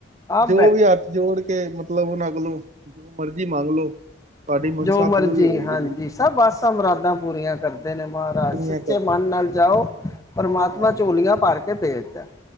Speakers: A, on the left; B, on the right.
A: ਆਪ
B: ਜੋ
A: ਬੈਠੇ
B: ਵੀ ਹੱਥ ਜੋੜ ਕੇ ਮਤਲਬ ਉਹਨਾ ਕੋਲੋਂ, ਜੋ ਮਰਜ਼ੀ ਮੰਗ ਲੋ ਤੁਹਾਡੀ ਮਨਸਾ
A: ਜੋ ਮਰਜੀ
B: ਪੂਰੀ ਹੋਏਗੀ
A: ਹਾਂਜੀ
B: ਜੀ
A: ਸਭ ਆਸਾ ਮੁਰਾਦਾਂ ਪੂਰੀਆਂ ਕਰਦੇ ਨੇ ਮਹਾਰਾਜ
B: ਦੁਨੀਆਂ
A: ਸੱਚੇ
B: ਕਰਦਾ
A: ਮਨ ਨਾਲ ਜਾਓ।
B: ਬਿਲਕੁਲ
A: ਪਰਮਾਤਮਾ
B: ਹਾਂਜੀ
A: ਝੋਲੀਆਂ ਭਰ ਕੇ ਭੇਜਦੇ